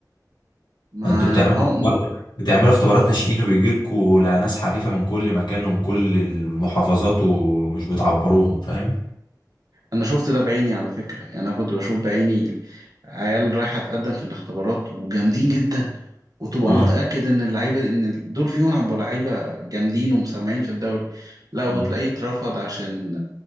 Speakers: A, on the right; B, on the left.
A: ما
B: ما انتوا بتعملوا
A: هو
B: اختبار-
A: م-
B: بتعملوا اختبارات ناشئين وبيجي لكم ناس حريفة من كل مكان ومن كل المحافظات ومش بتعبروهم فاهم
A: انا شفت ده بعيني على فكرة يعني انا كنت بشوف بعيني عيال رايحة تقدم في الاختبارات وجامدين جدا وتبقى
B: اه
A: متأكد ان اللعيبة ان دول فيهم هيبقوا لعيبة جامدين ومسمعين في الدوري لا وتلاقيه
B: اه
A: اترفض عشان